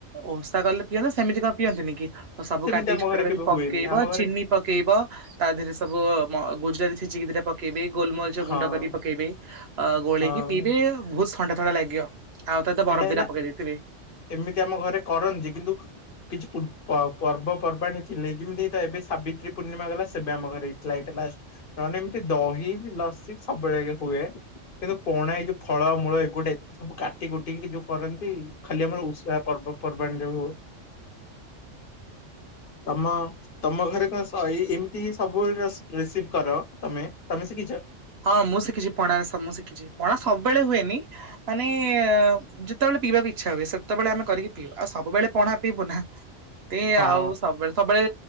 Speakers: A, on the right; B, on the left.
A: ଓଷା କଲେ ପିଅନ୍ତି ସେମିତି କଣ ପିଅନ୍ତି ନି କି? ଓ ସବୁ
B: ସେମିତି
A: କାଟିକି
B: ଆମ
A: ଛୋଟ ଛୋଟ
B: ଘରେ
A: କରି
B: କେବେ
A: ପକେଇବ
B: ହୁଏନି ଆମ ଘରେ
A: ଚିନି ପକେଇବ। ତା ଦେହରେ ସବୁ ମ ଗୁଜୁରାତି ଛେଚିକିଦିଟା ପ ପକେଇବେ ଗୋଲମରିଚ
B: ହଁ
A: ଗୁଣ୍ଡ କରି ପକେଇବେ ଅ ଗୋଳେଇକି
B: ହଁ
A: ପିଇବେ ବହୁତ ଥଣ୍ଡା ଥଣ୍ଡା ଲାଗିବ। ଆଉ ତା
B: ଏଇଟା
A: ବରଫଦିଟା
B: ହେଲା
A: ପକେଇ ଦେଇଥିବେ।
B: ଏମିତି ଆମ ଘରେ କରନ୍ତି କିନ୍ତୁ କିଛିପୂର୍ବ ପର୍ବପର୍ବାଣିୀ ଥିଲେ ଯେମିତି ଏଟା ଏବେ ସାବିତ୍ରୀ ପୂର୍ଣ୍ଣିମା ଗଲା ସେବେ ଆମ ଘରେ ହେଇ ଥିଲା ଏଇଟା ଲାଷ୍ଟ ନାହେଲେ ଏମିତି ଦହି କି ଲସି ସବୁବେଳେ ହୁଏ। କିନ୍ତୁ ପଣା ଏଇ ଯୋଉ ଫଳ ମୂଳ ଏଗୁଡା ଏତେ ସବୁ କାଟ ଗୋଟି ଯୋଉ କରନ୍ତି ଖାଲି ଆମର ଓଷା ପର୍ବପର୍ବାଣି ରେ ହୁଏ। ତମ ତମ ଘରେ କଣ ତ ଏଇ ଏମିତି ସବୁ ରେସିପି ରିସିଭ୍ କର ତମେ ତମେ ଶିଖିଛ?
A: ହଁ ମୁଁ ଶିଖିଛି ପଣା ମୁଁ ଶିଖିଛି ପଣା ସବୁବେଳେ ହୁଏନି ମାନେ ଅ ଯେତେବେଳେ ପିଇବାକୁ ଇଚ୍ଛା ହୁଏ ସେତେବେଳେ ଆମେ କରିକି ପିଇବୁ ଆଉ ସବୁବେଳେ ପଣା ପିଇବୁ ନା। ଏତେ
B: ହଁ
A: ଆଉ ସବୁବେଳେ ସବୁବେଳେ